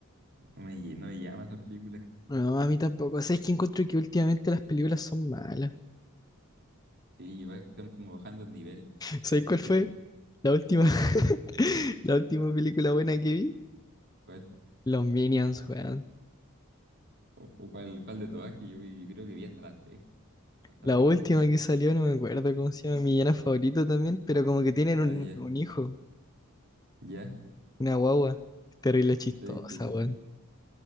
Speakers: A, on the right; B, on the left.
A: no me lle- no me llama esa película.
B: No, a mí tampoco. ¿Sabes que encuentro que últimamente las películas son malas?
A: Sí, igual que están como bajando el nivel. O
B: ¿Sabes
A: puede ser
B: cuál fue
A: que antes,
B: la última, <laughs>
A: ¿cuál,
B: la última película buena que vi?
A: cuál?
B: Los Minions, weón.
A: O, o cuál, cuál de todas que yo, vi? Yo creo que vi hasta la 3 hasta
B: La
A: la dos
B: última que salió, no me acuerdo cómo se llama, mi villano favorito también, pero como que tienen un,
A: Ah, ya,
B: un hijo,
A: ya,
B: una guagua. Terrible chistosa,
A: sí, interesante.
B: weón.